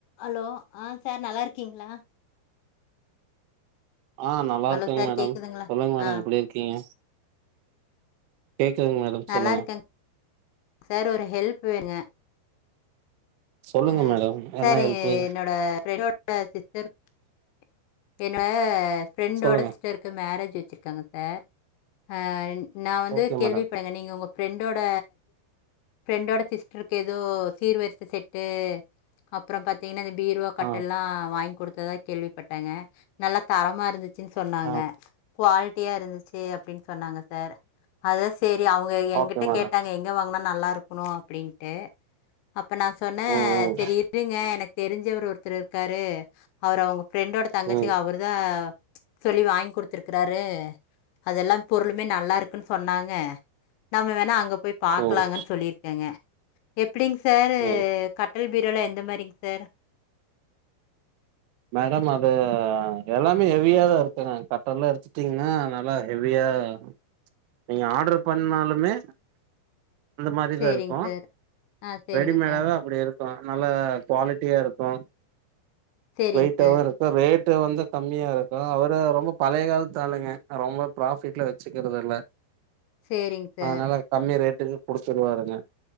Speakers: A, on the left (about 75°); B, on the right (about 80°).
A: Allow ஆ sir நல்லா இருக்கீங்களா
B: ஆ நல்லா
A: ஹலோ
B: இருக்கேங்க
A: சார்
B: மேடம்
A: கேக்குதுங்களா
B: சொல்லுங்க மேடம்
A: ஆ
B: எப்டி இருக்கீங்க கேக்குதுங்க மேடம்
A: நல்லா
B: சொல்லுங்க
A: இருக்கேங் சார் ஒரு ஹெல்ப் வேங்க
B: சொல்லுங்க
A: அ
B: மேடம் என்ன
A: சார்
B: ஹெல்ப்பு
A: என்னோட பிரண்டோட சிஸ்டர் சார் என்ட ஃப்ரெண்டோட
B: சொல்லுங்க
A: சிஸ்டர்க்கு மேரேஜ் ச்சி வெச்சிருக்காங்க சார் ஆ நா வந்து
B: ஓகே
A: கேள்வி
B: மேடம்
A: பண்ணங்க நீங்க உங்க பிரண்டோட பிரெண்டோட சிஸ்டருக்கு ஏதோ சீர்வரிச செட்டு அப்புறோ பாத்தீங்கன்னா பீருவா கட்டல்
B: ஆ
A: எல்லா வாங்கி கொடுத்ததா கேள்விப்பட்டாங்க நல்லா தரமா இருந்து ச்சுன்னு சொன்னங்க
B: ஆ
A: குவாலிட்டியா இருந்துச்சு அப்டின்னு சொன்னாங்க சார் அதா சேர் ரி அவுங்க எங்கிட்ட
B: ஓகே மேடம்
A: கேட்டாங்க எங் நல்லா இருக்கணு அப்டின்ட்டு அப்ப நா சொன்னே
B: ம்
A: செரி இருங்க எனக் தெரிஞ்சவர் ஒருத்தரு இருக்காரு அவரு அவங்க ஃப்ரெண்டோட தங்கச்சிக்கு
B: ம் ம்
A: அவரு தா சொல்லி வாங்கி குடுத்துருக்கறாரு அதெல்லா பொருளுமே நல்லா இருக்குன்னு சொன்னாங்க நம்ம வேணா அங்க போய் பாக்கலாங்கன்னு
B: ம்
A: சொல்லிருக்கேங்க எப்டிங்க சார்
B: ம்
A: கட் டல் பீரோல எந்த மாரிங்க சார்
B: மேடம் அது எல்லாமே ஹெவியா தா இருக்குங்க கட்டலெல்லா எடுத்துட்டீங்கன்னா நல்லா ஹெவியா ஆ நீங்க ஆர்டர் பண்ணாலுமே அந்த மாரிதா
A: சேரிங்
B: இருக்கு
A: சார் ஆ சேரிங்க
B: ரெடிமேடாதா
A: சார்
B: அப்டி இருக்கு நல்லா குவாலிட்டியா இருக்கு
A: சேரிங்
B: வெயிட்டாவு
A: சார்
B: இருக்க ரே ரேட்டு வந்து கம்மியா இருக்கு அவரு ரொம்ப பழைய காலத்த ஆளுங்க ரொம்ப ப்ராபிஃட்ல வச்சுக்கறதில்ல
A: சேரிங் சார்
B: ஆஹ் லா கம்மி ரேட்டுக்கு குடுத்துருவாருங்க